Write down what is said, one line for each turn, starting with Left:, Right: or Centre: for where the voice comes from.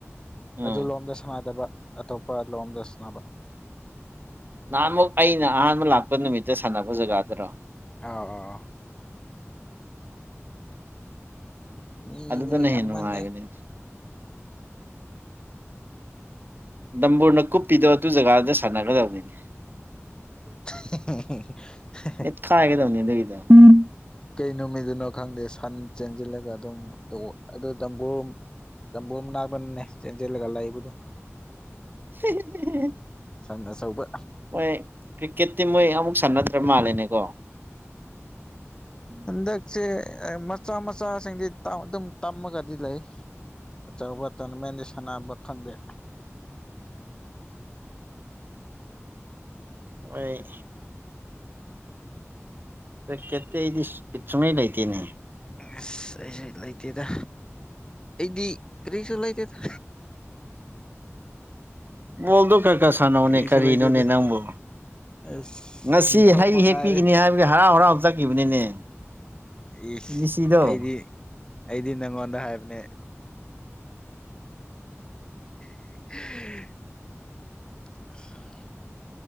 Right: ꯎꯝ
Left: ꯑꯗꯨ ꯂꯣꯝꯗ ꯁꯥꯟꯅꯥꯗꯕ ꯑꯇꯣꯞꯄ ꯂꯣꯝꯗ ꯁꯅꯕ
Right: ꯅꯍꯥꯟꯃꯨꯛ ꯑꯩꯅ ꯑꯍꯥꯟꯕ ꯂꯥꯛꯄ ꯅꯨꯃꯤꯠꯇ ꯁꯥꯟꯅꯕ ꯖꯒꯥꯗꯨꯔꯣ
Left: ꯑꯥꯎ ꯑꯥꯎ ꯃꯤꯒ
Right: ꯑꯗꯨꯗꯅ
Left: ꯌꯥꯝ
Right: ꯍꯦꯟꯅ
Left: ꯃꯥꯜꯂꯦ
Right: ꯅꯨꯡꯉꯥꯏꯕꯅꯤ ꯗꯝꯕꯣꯔꯅ ꯀꯨꯞꯄꯤꯗꫭ ꯑꯗꯨ ꯖꯒꯥꯗꯨꯗ ꯁꯥꯟꯅꯒꯗꯕꯅꯤꯅꯦ
Left: <inaudible>
Right: <inaudible>
Left: ꯀꯩ ꯅꯨꯃꯤꯠꯗꯅꯣ ꯈꯪꯗꯦ ꯁꯟ ꯆꯦꯟꯖꯤꯜꯂꯒ ꯑꯗꯨꯝ ꯑꯗꯨ ꯇꯝꯕꯨꯔ ꯇꯝꯕꯨꯔ ꯃꯅꯥꯛꯇꯅꯤꯅꯦ ꯆꯦꯟꯖꯤꯜꯂꯒ ꯂꯥꯛꯏꯕꯗꯣ
Right: ꯍ <inaudible>
Left: ꯁꯟ ꯑꯆꯧꯕ
Right: ꯃꯣꯏ ꯀ꯭ꯔꯤꯛꯀꯦꯠꯇꯤ ꯃꯣꯏ ꯑꯃꯨꯛ ꯁꯝꯅꯗ꯭ꯔ ꯃꯥꯂꯦꯅꯦꯀꯣ
Left: ꯍꯟꯗꯛꯁꯦ ꯃꯆꯥ ꯃꯆꯥꯁꯤꯡꯗꯤ ꯑꯗꯨꯝ ꯇꯝꯃꯒꯗꯤ ꯂꯩ ꯑꯆꯧꯕ ꯇꯣꯔꯅꯥꯃꯦꯟꯗꯤ ꯁꯥꯟꯅꯕ ꯈꯪꯗꯦ
Right: ꯃꯩꯏ ꯀꯔ꯭ꯤꯀꯦꯠꯇꯤ ꯑꯩꯗꯤ ꯕꯤꯠ ꯁꯨꯡꯂꯩ ꯂꯩꯇꯦꯅꯦ
Left: ꯑꯁ ꯑꯩꯁꯨ ꯂꯩꯇꯦꯗ ꯑꯩꯗꯤ ꯀꯔꯤꯁꯨ ꯂꯩꯇꯦꯗ
Right: ꯕꫭꯜꯗꯣ ꯈꯔ ꯈꯔ ꯁꯥꯟꯅꯧꯅꯦ
Left: ꯀꯔꯤꯁꯨ
Right: ꯀꯥꯔꯤꯅꯣꯅꯦ
Left: ꯂꯩꯇꯦꯗ
Right: ꯅꯪꯕꯨ
Left: ꯑꯁ
Right: ꯉꯁꯤ
Left: ꯅꯤꯡꯊꯧ
Right: ꯍꯩ
Left: ꯃꯉꯥꯏꯔꯦ
Right: ꯍꯦꯛꯄꯤꯒꯅꯤ ꯍꯥꯏꯕꯒꯤ ꯍꯔꯥꯎ ꯍꯔꯥꯎ ꯆꯠꯈꯤꯕꯅꯤꯅꯦ
Left: ꯏꯁꯁ
Right: ꯃꯤꯁꯤꯗꯣ
Left: ꯑꯩꯗꯤ ꯑꯩꯗꯤ ꯅꯪꯉꯣꯟꯗ ꯍꯥꯏꯕꯅꯦ <inaudible>